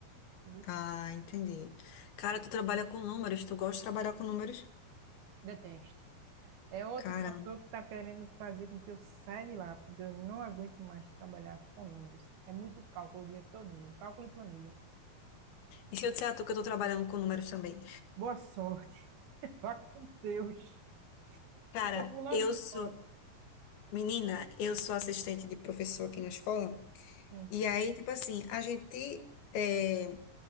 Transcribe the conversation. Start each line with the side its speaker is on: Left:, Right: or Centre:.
Right: Ele
Left: Tá,
Right: disse,
Left: entendi. Cara, tu trabalha com números, tu gosta de trabalhar com números?
Right: Detesto. É outro
Left: Cara.
Right: fator que está querendo fazer com que eu saia de lá, porque eu não aguento mais trabalhar com números. É muito cálculo o dia todinho, cálculo e planilha.
Left: E se eu disser a tu que eu tô trabalhando com números também?
Right: Boa sorte, <laughs> vá com Deus.
Left: Cara,
Right: Eu tô pulando
Left: eu
Right: fora.
Left: sou, menina, eu sou assistente de professor aqui na escola.
Right: Sim,
Left: E aí, tipo assim, a gente eh,